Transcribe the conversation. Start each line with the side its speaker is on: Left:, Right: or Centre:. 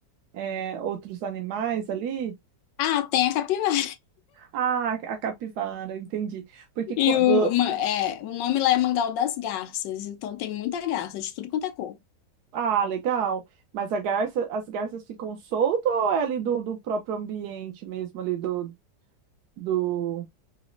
Right: é, outros animais ali.
Left: Ah, tem a capivara.
Right: Ah, a capivara, entendi. Porque quando.
Left: E o, uma- é, o nome lá é Mangal das Garças, então tem muita garça de tudo quanto é cor.
Right: Ah, legal. Mas a garça, as garças ficam soltas ou é ali do, do próprio ambiente mesmo, ali do, do...